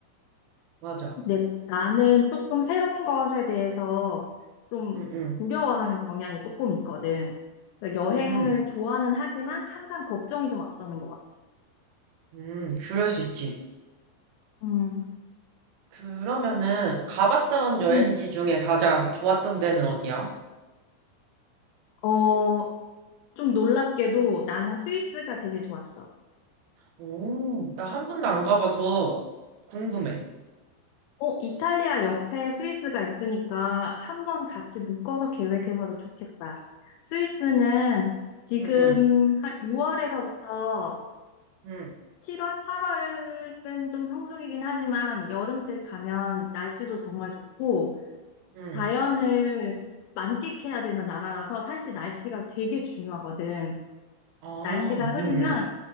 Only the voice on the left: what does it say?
근데 나는
조금 새로운 것에 대해서 좀
두려워하는 경향이 조금 있거든. 그러니까
여행을 좋아는 하지만 항상 걱정이 좀 앞서는 것 같아.
음.
음.
어, 좀 놀랍게도 나는 스위스가 되게 좋았어.
어, 이탈리아 옆에 스위스가 있으니까 한번 같이 묶어서 계획해봐도 좋겠다. 스위스는 지금
한 6월에서부터
7월, 8월은 좀 성수기긴 하지만 여름 때 가면 날씨도 정말 좋고
자연을 만끽해야 되는 나라라서 사실 날씨가 되게 중요하거든.
날씨가 흐리면